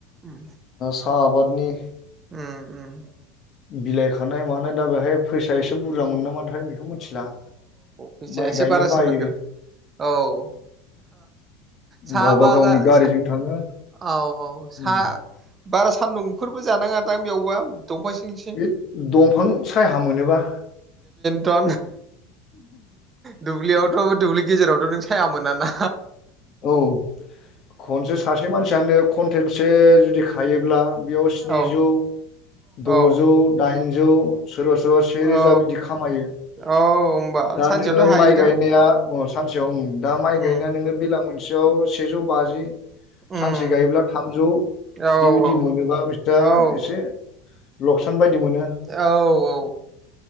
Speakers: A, on the right; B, on the left.
A: उम
B: साहा आबादनि
A: उम उम
B: बिलाइ खानाय मानाय दा बेहाय फैसाया एसे बुरजा मोनो नामाथाय बेखौ मिथिला
A: फैसे
B: माइ
A: एसे
B: गायनो
A: बारसिन
B: बायो
A: मोनगोन औ सा
B: गावबा
A: बागा
B: गावनि गारिजों
A: सा
B: थाङो
A: औ औ सा
B: उम
A: बारा सान्दुंफोरबो जानाङादां बेयावबा दंफां सिं सिं
B: बे दंफां साया मोनोबा
A: थ दुब्लियावथ' दुब्लि गेजेरावथ' नों साया मोना ना
B: औ खनसे सासे मानसियानो कुवेन्टेलसे जुदि खायोब्ला बेयाव स्निजौ
A: औ औ
B: द'जौ दाइनजौ सोरबा सोरबा से
A: औ
B: रोजा बिदि खामायो
A: औ होमबा
B: दा
A: सानसेयावथ'
B: नोङो
A: हायोदां
B: माइ गायनाया सानसेयाव ओं दा माइ गायनाया
A: उम
B: नोङो बेला मोनसेयाव सेजौ बाजि
A: उम
B: सानसे गायोब्ला थामजौ
A: औ औ
B: बिबायदि मोनोबा बिस्रा
A: औ
B: एसे लकसान बायदि मोनो
A: औ औ औ